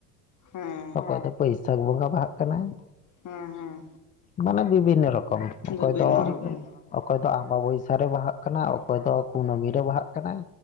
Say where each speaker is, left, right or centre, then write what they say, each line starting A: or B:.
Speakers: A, on the left (about 40°); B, on the left (about 20°).
A: ᱦᱮᱸ
B: ᱚᱠᱚᱭ ᱫᱚ ᱵᱟᱹᱭᱥᱟᱺᱠ ᱵᱚᱸᱜᱟ ᱵᱟᱦᱟᱜ ᱠᱟᱱᱟᱭ,
A: ᱦᱮᱸ ᱦᱮᱸ
B: ᱢᱟᱱᱮ ᱵᱤᱵᱷᱤᱱᱱᱮ ᱨᱚᱠᱚᱢ
A: ᱦᱮᱸ
B: ᱚᱠᱚᱭ
A: ᱵᱤᱵᱷᱤᱱᱱᱚ
B: ᱫᱚ
A: ᱨᱚᱠᱚᱢ
B: ᱚᱠᱚᱭ ᱫᱚ ᱟᱢᱵᱟ ᱵᱟᱭᱥᱟ ᱨᱮ ᱵᱟᱦᱟᱜ ᱠᱟᱱᱟ, ᱚᱠᱚᱭ ᱫᱚ ᱠᱩᱱᱟᱹᱢᱤ ᱨᱮ ᱵᱟᱦᱟᱜ ᱠᱟᱱᱟᱭ᱾